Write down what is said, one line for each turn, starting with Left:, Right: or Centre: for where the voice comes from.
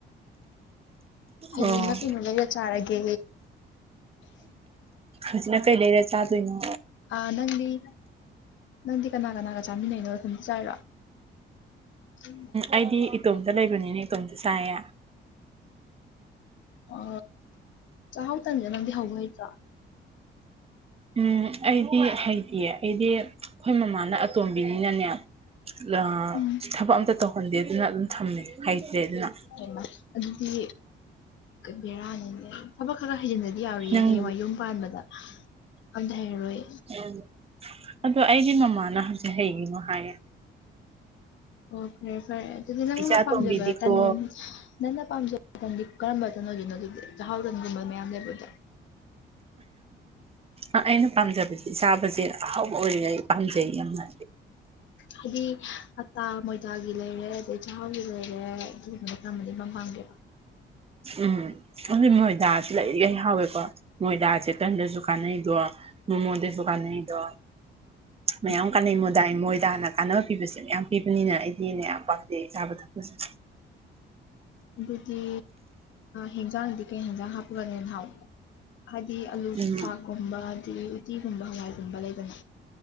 Left: ꯍꯌꯦꯡꯅ
Right: ꯑꯣ
Left: ꯀꯩꯅꯣ ꯂꯩꯒ ꯆꯥꯔꯒꯦ
Right: ꯍꯧꯖꯤꯅ ꯀꯩ ꯂꯩꯔ ꯆꯥꯗꯣꯏꯅꯣ
Left: ꯑ ꯅꯪꯗꯤ ꯅꯪꯗꯤ ꯀꯅꯥ ꯀꯅꯥꯒ ꯆꯥꯃꯤꯟꯅꯩꯅꯣ ꯅꯊꯟꯗ ꯆꯥꯏꯔꯣ ꯎꯝ
Right: ꯑꯩꯗꯤ ꯏꯇꯣꯝꯇ ꯂꯩꯕꯅꯤꯅꯦ ꯏꯇꯣꯝꯇ ꯆꯥꯌꯦ
Left: ꯑ ꯆꯥꯛꯍꯥꯎ ꯇꯟꯁꯦ ꯅꯪꯗꯤ ꯍꯧꯕ ꯍꯩꯇ꯭ꯔꯥ
Right: ꯎꯝ ꯑꯩꯗꯤ ꯍꯩꯇꯌꯦ ꯑꯩꯗꯤ ꯑꯩꯈꯣꯏ ꯃꯃꯥꯅ ꯑꯇꯣꯝꯕꯤꯅꯤꯅꯅꯦ ꯂꯥ
Left: ꯎꯝ
Right: ꯊꯕꯛ ꯑꯝꯇ ꯇꯧꯍꯟꯗꯦ ꯑꯗꯨꯅ ꯑꯗꯨꯝ ꯊꯝꯃꯦ ꯍꯥꯏꯩꯇ꯭ꯔꯦ ꯑꯗꯨꯅ
Left: ꯍꯩꯃ ꯑꯗꯨꯗꯤ ꯕꯦꯔꯥꯅꯤꯅꯦ ꯊꯕꯛ ꯈꯔ ꯈꯔ ꯍꯩꯖꯤꯟꯗꯗꯤ ꯌꯥꯎꯔꯤꯌꯦꯦ
Right: ꯅꯪ
Left: ꯍꯌꯦꯡꯋꯥꯏ ꯌꯨꯝ ꯄꯥꯟꯕꯗ ꯑꯝꯊꯩꯔꯔꯣꯏ
Right: ꯎꯝ ꯑꯗꯣ ꯑꯩꯒꯤ ꯃꯃꯥꯅ ꯍꯧꯪꯖꯤꯛ ꯍꯩꯒꯤꯅꯣ ꯍꯥꯏꯌꯦ
Left: ꯑꯣ ꯐꯔꯦ ꯐꯔꯦ ꯑꯗꯨꯗꯤ ꯅꯪꯅ
Right: ꯏꯆꯥ ꯑꯇꯣꯝꯕꯤꯗꯤꯀꯣ
Left: ꯄꯥꯝꯖꯕ ꯇ ꯅꯪꯅ ꯄꯥꯝꯖꯕ ꯃꯇꯝꯗꯤ ꯀꯔꯝꯕ ꯇꯝꯃꯚꯤꯅꯣ ꯑꯗꯨꯗꯤ ꯆꯥꯛꯍꯥꯎ ꯇꯟꯒꯨꯝꯕ ꯃꯌꯥꯝ ꯂꯩꯕꯗꯣ
Right: ꯑꯩꯅ ꯄꯥꯝꯖꯕꯁꯦ ꯆꯥꯕꯁꯦ ꯑꯍꯥꯎꯕ ꯑꯣꯏꯔꯤꯉꯩ ꯄꯥꯝꯖꯩ ꯌꯥꯝꯅ
Left: ꯍꯥꯏꯗꯤ ꯑꯇꯥ ꯃꯣꯏꯗꯥꯒꯤ ꯂꯩꯔꯦ ꯑꯗꯩ ꯆꯍꯥꯎꯒꯤ ꯂꯩꯔꯦ ꯑꯗꯨꯨꯝꯅꯗ ꯀꯔꯝꯕꯅ ꯏꯄꯥꯝ ꯄꯥꯝꯒꯦꯕ
Right: ꯎꯝ ꯑꯗꯨꯗꯤ ꯃꯣꯏꯗꯥꯁꯤ ꯂꯩꯔꯤ ꯂ ꯍꯥꯎꯋꯦꯀꯣ ꯃꯣꯏꯗꯥꯁꯦꯇꯟꯗꯁꯨ ꯀꯥꯟꯅꯩꯗꯣ ꯃꯃꯣꯟꯗꯁꯨ ꯀꯥꯟꯅꯩꯗꯣ
Left: <inaudible>
Right: ꯃꯌꯥꯝ ꯀꯥꯟꯅꯩ ꯃꯣꯏꯗ ꯃꯣꯏꯗ ꯍꯅ ꯀꯥꯟꯅꯕ ꯄꯤꯕꯁꯦ ꯃꯌꯥꯝ ꯄꯤꯕꯅꯤꯅ ꯑꯩꯗꯤꯩꯅ ꯌꯥꯝ ꯄꯥꯝꯖꯩ ꯆꯥꯕ ꯊꯛꯄꯁꯤꯁꯨ
Left: ꯑꯗꯨꯗꯤ ꯍꯦꯟꯖꯥꯡꯗꯤ ꯀꯩ ꯌꯦꯟꯖꯥꯡ ꯍꯥꯞꯄꯒꯅꯤ ꯅꯍꯥꯎ ꯍꯥꯏꯗꯤ ꯑꯂꯨ
Right: ꯎꯝ
Left: ꯆꯥꯛꯀꯨꯝꯕ ꯑꯗꯒꯤ ꯎꯇꯤꯒꯨꯝꯕ ꯍꯋꯥꯏꯒꯨꯝꯕ ꯂꯩꯗꯅ